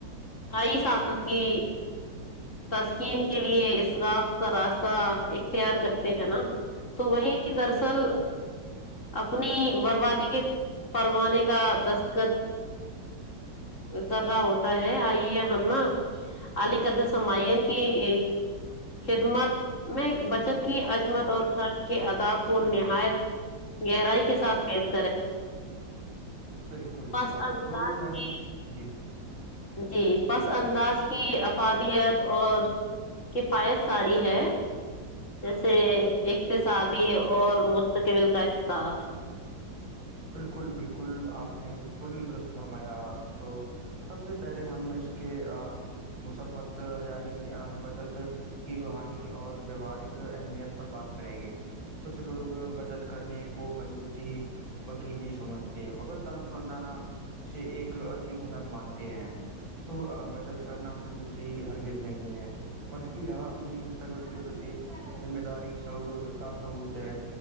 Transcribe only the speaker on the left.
کھائی ست کی بس کی کے لیے اراف کا راستہ اختیار کرتے ہیں نا تو وہی درصل اپنی بربادی کے پروے کا دستخط کر رہا ہوتا ہوتا ہے آئیے ہم نا علی قدر سمعین کی خدمت میں بچت کی عجمت اور خرچ کے اداب کو
نہایت گہرائی کے ساتھ فیش
پس
انداز
کی
جی پس انداز کی افادیت اور کفایت ساری ہے جیسے ایک شادی اور مستقبل کا انحصار